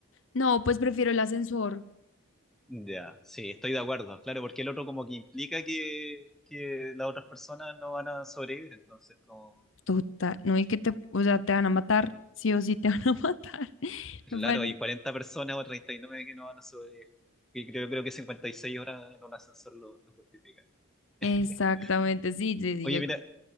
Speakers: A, on the left; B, in the centre.
A: No, pues prefiero el ascensor.
B: Ya, sí, estoy de acuerdo, claro, porque el otro como que implica que, que las otras personas no van a sobrevivir, entonces como,
A: Total, no, y que te, o sea, te van a matar, sí o sí te <laughs> van a matar. <laughs>
B: claro,
A: me parece
B: hay 40 personas o 39 que no van a sobrevivir, y creo, creo que 56 horas en un ascensor lo, lo justifica.
A: Exactamente,
B: Eh,
A: sí, sí, sí,
B: Oye,
A: yo
B: mira,